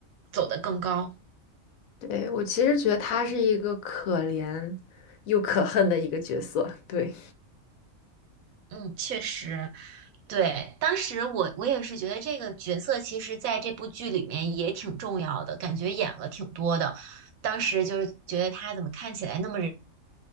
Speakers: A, on the right; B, on the left.
A: 走得更高。
B: 对，我其实觉得他是一个可怜又可恨的一个角色，对。
A: 嗯，确实，对，当时我我也是觉得这个角色其实在这部剧里面也挺重要的，感觉演了挺多的。当时就是觉得他怎么看起来那么人